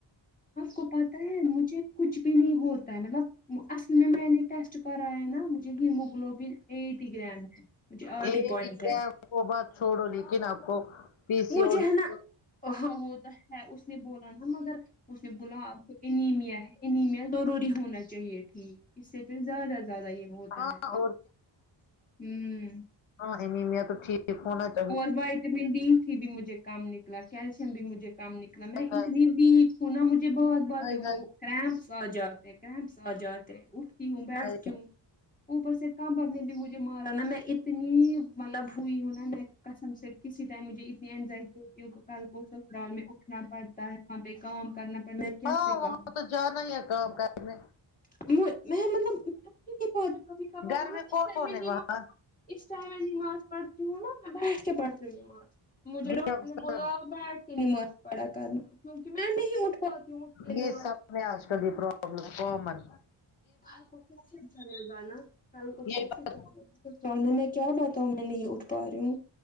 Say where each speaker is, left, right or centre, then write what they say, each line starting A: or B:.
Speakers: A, on the left; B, on the left.
A: آپ کو پتا ہے مجھے کچھ بھی نہیں ہوتا ہے مطلب اصل میں میں نے ٹیسٹ پر آئے نا مجھے ہیموگلوبل ایٹی گرام ہے مجھے
B: ایٹی
A: آٹی پوائنٹ
B: گرام
A: ہے
B: کی وہ بات چھوڑو لیکن آپ کو پی سی
A: مجھے
B: او ڈی
A: ہے نا
B: تو-
A: ہاں وہ تو ہے اس نے بولا نا مگر اس نے بولا آپ کو انیمیا ہے انیمیا ضروری ہونا چاہیے تھی اس سے پھر زیادہ زیادہ یہ ہوتا
B: ہاں
A: ہے ہوں
B: <unintelligible> ا
A: اور وائٹامن ڈی س بھی مجھے کم نکلا کیلشیم بھی مجھے کم نکلا میں
B: ہائے
A: اتنی ویک ہوں نا مجھے بہت
B: ہائے
A: بہت وہ
B: ہائے
A: کرامس آ جاتے ہیں کر ا مس آ جاتے اٹھتی ہوں بیٹھتی
B: ہائے۔
A: ہوں اوپر سے کم بدنے بھی مجھے مارا نا میں اتنی مطلب ہوئی ہوں نا میں قسم سے کسی ٹائم مجھے اتنی اینزائٹی ہوتی ہے کل کو سسرال میں اٹھنا پر تا ہے وہاں پہ کام کرنا پڑنا ہے کیسے
B: ہاں
A: کم
B: وہاں جانا ہی ہے کام کرنے
A: ار <unintelligible>
B: گھر میں کون کون ہے وہاں
A: اس ٹائم میں نماز پڑھتی ہوں نا میں بیٹھ کے پڑتی ہوں نماز مجھے ڈاکٹر
B: یہ
A: نے
B: سب
A: بولا بیٹھ کے نماز پڑھا کر کرنا کیونکے میں نہیں اٹھ پاتی ہوں
B: یہ
A: نی <unintelligible>
B: سب میں آج کل کی پر ابلم کومن
A: کل کو کیسے چلے گا نا کل
B: یہ
A: کو کیسے
B: ب-
A: چلے گا میں میں کیا بتاؤوں میں نہیں اٹھ پا رہی ہوں